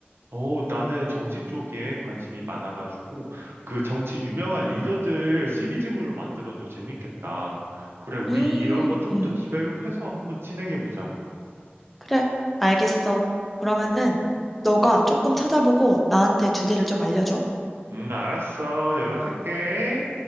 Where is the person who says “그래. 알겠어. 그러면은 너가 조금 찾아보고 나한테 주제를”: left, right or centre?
Centre